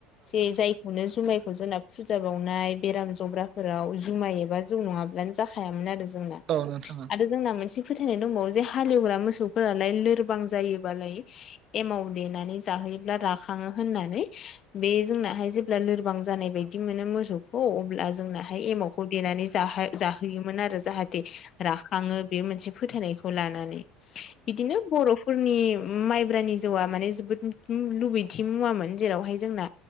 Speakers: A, on the left; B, on the right.
A: जे जायखौनो जुमायखौ जोंना फुजा बावनाय, बेराम जब्राफोराव जुमाय एबा जौ नङाब्लानो जाखायामोन आरो जोंना
B: औ नोंथां औ।
A: आरो जोंना मोनसे फोथायनाय दंबावो जे हालेवग्रा मोसौफोरालाय लोरबां जायोबालाय एमाव देनानै जाहोयोब्ला राखाङो होननानै। बे जोंनाहाय जेब्ला लोरबां जानाय बाय दि मोनो मोसौखौ अब्ला जोंनाहाय एमावखौ देनानै जाहो जाहोयोमोन आरो जाहा जे राखाङो बे मोनसे फोथायनायखौ लानानै बिदिनो बर' फोरनि माइब्रानि जौआ माने जोबोद लुबैथि मुवामोन जेरावहाय जोंना